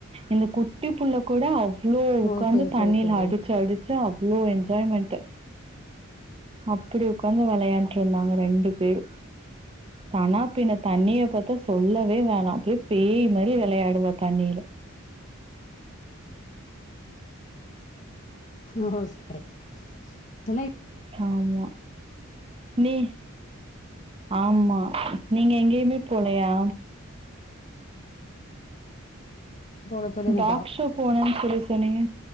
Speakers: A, on the right; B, on the left.
A: இந்த குட்டி புள்ள கூட அவ் ளோ
B: ஓ
A: உக்காந்து
B: சரி
A: தண்ணில
B: சரி தோழி
A: அடிச்சு அடிச்சு அவ்வளோ எஞ்ஜாய்மெண்ட்டு. அப்டி உக்காந்து வெளையாண்டுருந்தாங்க ரெண்டு பேரு சனா பின்ன தண்ணிய பாத்த சொல்லவே வேணா அப்டியே பேய் மாரி வெளையாடுவா தண்ணில
B: ஓஹோ <inaudible>
A: ஆமா நீ ஆமா நீங்க எங்கேயுமே போலையா?
B: போல தோழி அந்த
A: டாக் ஷோ போனேன்னு சொல்லி சொன்னீங்க?